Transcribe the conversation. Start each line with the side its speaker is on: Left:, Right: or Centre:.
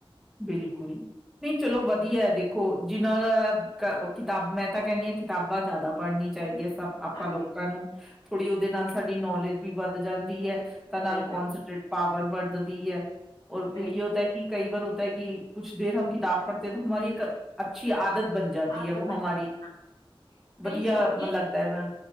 Centre: ਬਿਲਕੁਲ, ਨਹੀਂ ਚਲੋ ਵਧੀਆ ਏ ਦੇਖੋ, ਜਿਨਾਂ ਦਾ ਕਿਤਾਬ, ਮੈਂ ਤਾਂ ਕਹਿੰਦੀ ਹਾਂ ਕਿਤਾਬਾਂ ਜ਼ਿਆਦਾ ਪੜਨੀ ਚਾਹੀਦੀ ਆ ਸਭ। ਆਪਾ
Left: ਹਾਂਜੀ
Centre: ਲੋਕਾਂ ਨੂੰ, ਥੋੜ੍ਹੀ ਉਹਦੇ ਨਾਲ ਸਾਡੀ ਨੌਲੇਜ ਵੀ ਵੱਧ ਜਾਂਦੀ ਐ, ਤਾਂ ਨਾਲ
Left: ਸਹੀ ਗੱਲ
Centre: ਕੋਂਨਸੈਂਟਰੇਟ ਪਾਵਰ ਵੱਧਦੀ ਐ, ਔਰ ਫਿਰ
Left: ਸਹੀ
Centre: ਯੇ ਹੋਤਾ ਹੈ ਕਿ, ਕਈ ਵਾਰ ਕਿ ਕੁੱਛ ਦੇਰ ਹਮ ਕਿਤਾਬ ਪੜਤੇ ਹੋ, ਤੋ ਹਮਾਰੀ ਇਕ ਅੱਛੀ ਆਦਤ ਬਨ ਜਾਤੀ
Left: ਆਦਤ
Centre: ਹੈ ਵੋ
Left: ਬਣ
Centre: ਹਮਾਰੀ,
Left: ਜਾਂਦੀ ਹਾਂ ਕਈ
Centre: ਵਧੀਆ
Left: ਸਟੋਰੀਆਂ
Centre: ਮਨ ਲੱਗਦਾ
Left: ਹੀ
Centre: ਹੈ ਮ